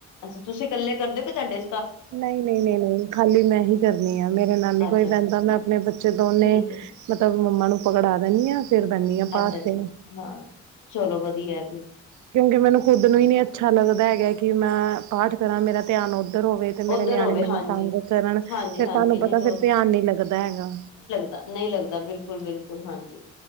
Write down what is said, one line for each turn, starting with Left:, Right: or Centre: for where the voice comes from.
Left: ਅੱਛਾ, ਤੁਸੀਂ ਕੱਲੇ ਕਰਦੇ ਓ ਕਿ ਤੁਆਡੇ
Right: ਨਈ ਨਈ ਨਈ ਨਈ, ਖਾਲੀ ਮੈਂ ਹੀ ਕਰਨੀ ਆ ਮੇਰੇ ਨਾ ਨੀ ਕੋਈ
Left: ਅੱਛਾ-ਅੱਛਾ
Right: ਬੈਂਦਾ, ਮੈਂ ਆਪਣੇ ਬੱਚੇ ਦੋਨੇ
Left: ਠੀਕ ਹੈ,
Right: ਮਤਲਬ ਮੰਮਾ ਨੂੰ ਪਕੜਾ ਦੇਨੀ ਆ, ਫਿਰ ਬੈਂਨੀ ਹਾਂ ਪਾਠ
Left: ਅੱਛਾ-ਅੱਛਾ
Right: ਤੇ।
Left: ਹਾਂ। ਚਲੋ, ਵਦੀਐ।
Right: ਕਿਉਂਕਿ ਮੈਨੂੰ ਖੁੱਦ ਨੂੰ ਈ ਨੀ ਅੱਛਾ ਲੱਗਦਾ ਹੈਗਾ ਕਿ ਮੈਂ, ਪਾਠ ਕਰਾਂ ਮੇਰਾ ਧਿਆਨ ਉੱਧਰ ਹੋਵੇ। ਤੇ ਮੇਰੇ
Left: ਉੱਧਰ
Right: ਨਿਆਣੇ
Left: ਹੋਵੇ ਹਾਂਜੀ,
Right: ਮੈਨੂੰ ਤੰਗ ਕਰਨ,
Left: ਹਾਂਜੀ-ਹਾਂਜੀ
Right: ਫਿਰ ਤੁਆਨੂੰ
Left: ਨਹੀਂ
Right: ਪਤਾ ਫਿਰ ਧਿਆਨ ਨੀ ਲੱਗਦਾ ਹੈਗਾ।
Left: ਨਈਂ ਲੱਗਦਾ, ਬਿਲਕੁਲ-ਬਿਲਕੁਲ, ਹਾਂਜੀ।